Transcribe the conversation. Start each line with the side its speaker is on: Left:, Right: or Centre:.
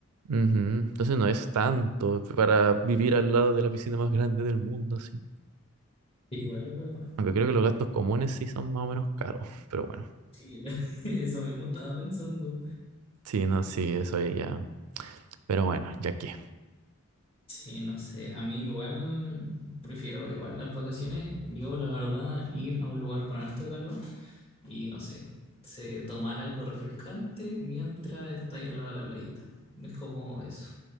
Right: Ujú, Entonces no es tanto para vivir al lado de la piscina más grande del mundo, así.
Left: Igual es verdad.
Right: Aunque creo que los gastos comunes sí son más o menos caros, <laughs> pero bueno.
Left: Sí, la- <laughs> eso mismo estaba pensando.
Right: Sí, no, sí, eso ahí ya. Pero bueno, ya que.
Left: Sí, no sé. A mí igual prefiero igual las vacaciones. Yo, la verdad, ir a un lugar con harto calor. y no sé, se, tomar algo refrescante mientras está ahí al lado de la playita. Es como eso.